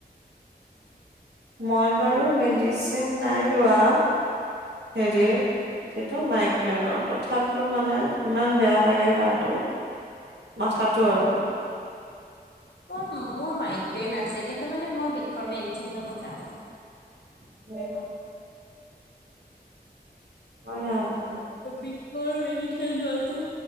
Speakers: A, on the right; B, on the left.
A: মই বাৰু মেডিচিন নাই লোৱা। হেৰি এতিটো মাইগ্ৰেইনৰ তথাপিও মানে ইমান বেয়া লাগে গাটো। মাঠাতো আৰু।
B: মই মোৰ মাইগ্ৰেইন আছে কিন্তু মানে মই বিষৰ মেডচিন লব বেয়া পাওঁ।
A: <unintelligible> <unintelligible>
B: বিষৰ মেলিছে দোৱাটো